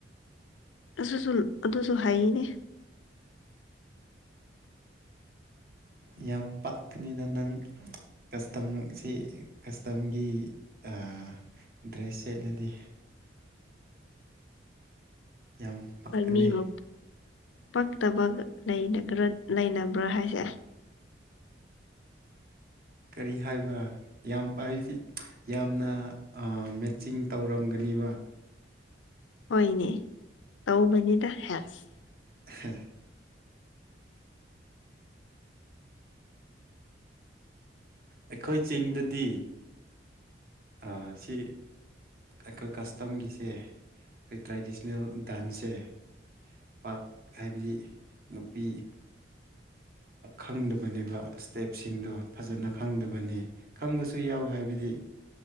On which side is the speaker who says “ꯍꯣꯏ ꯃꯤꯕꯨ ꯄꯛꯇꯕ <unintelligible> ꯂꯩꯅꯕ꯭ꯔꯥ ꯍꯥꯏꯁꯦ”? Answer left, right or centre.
Left